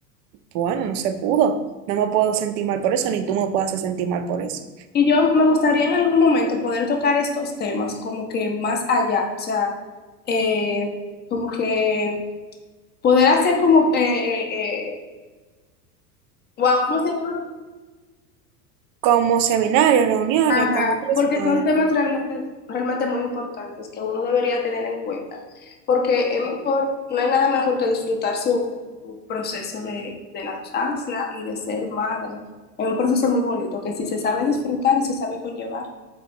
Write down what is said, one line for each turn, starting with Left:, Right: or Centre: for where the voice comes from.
Right: bueno, no se pudo. No me puedo sentir mal por eso, ni tú me puedes hacer sentir mal por eso.
Left: Y yo me gustaría en algún momento poder tocar estos temas como que más allá, o sea, eh, como que poder hacer como, eh, eh, eh, wow, ¿cómo se llama?
Right: como seminarios, reuniones
Left: Ajá,
Right: con otras
Left: porque
Right: madres.
Left: son temas realmente, realmente muy importantes que uno debería tener en cuenta, porque es mejor, no hay nada mejor que disfrutar su, su proceso de, de lactancia y de ser madre. Es un proceso muy bonito que si se sabe disfrutar y se sabe conllevar,